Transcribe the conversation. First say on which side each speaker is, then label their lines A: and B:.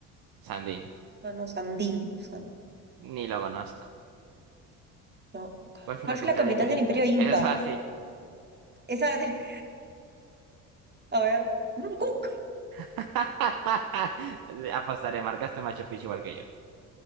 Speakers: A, on the right; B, on the right.
A: Sandino.
B: Ah, no, Sandín. San-
A: Ni lo conozco.
B: No.
A: ¿Cuál fue
B: ¿Cuál
A: la
B: fue
A: capital
B: la capital
A: de Imperio
B: del
A: Inca?
B: Imperio Inca?
A: Eso es fácil.
B: Esa la tenía- <laughs> A ver. No, Cook.
A: <laughs> Le Apostaré, marcaste Machu Picchu igual que yo.